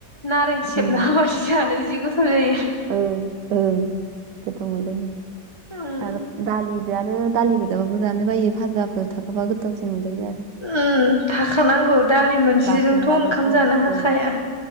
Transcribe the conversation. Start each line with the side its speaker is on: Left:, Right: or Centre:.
Left: नारें सेबना
Right: उम
Left: होबासो जिनो गोथाव <unintelligible> जायो
Right: ओं ओं गोथाव मोनजायो
Left: उम
Right: आरो दालि <unintelligible> आरो दालि गोजाबो जानो बायो भाजाफोर थाफाबा गोथावसिन मोनजायो आरो
Left: उम थाखानांगौ दालि मोनसेजोंथ'
Right: बाथोनबाबो
Left: ओंखाम
Right: फाजा
Left: जानो हाखाया।
Right: ओं